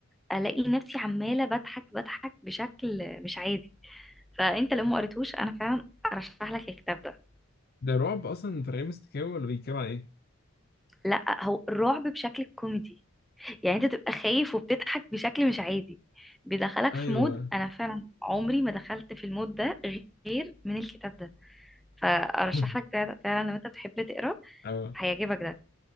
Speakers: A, in the centre; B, on the left.
A: الاقي نفسي عماله بضحك بضحك بشكل مش عادي فانت لو ما قريتوش انا فعلا ارشح لك الكتاب ده
B: ده رعب اصلا في رغم استكاوي ولا بيتكلم عن ايه
A: لا هو الرعب بشكل كوميدي يعني انت تبقى خايف وبتضحك بشكل مش عادي بيدخلك
B: ايوه
A: في مود انا فعلا عمري ما دخلت في المود ده غير من الكتاب ده فارشح
B: <laughs>
A: لك ده فعلا لو انت بتحب تقرا
B: اه
A: هيعجبك ده